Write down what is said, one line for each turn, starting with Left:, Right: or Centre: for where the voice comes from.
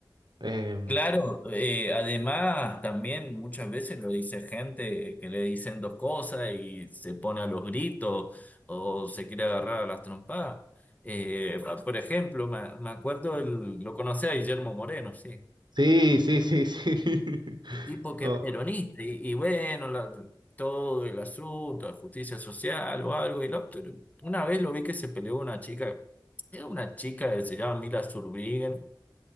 Right: Em,
Left: Claro, eh, además también muchas veces lo dice gente que le dicen dos cosas y se pone a los gritos o se quiere agarrar a las trompadas. Eh, por ejemplo, me, me acuerdo, el- lo conocí a Guillermo Moreno, sí,
Right: sí, sí, sí, sí. <laughs>
Left: un tipo que
Right: Oh,
Left: es peronista y, y bueno, la- todo el asunto de justicia social o algo. Y lo- una vez lo vi que se peleó una chica, era una chica que se llama Mila Zurbriggen,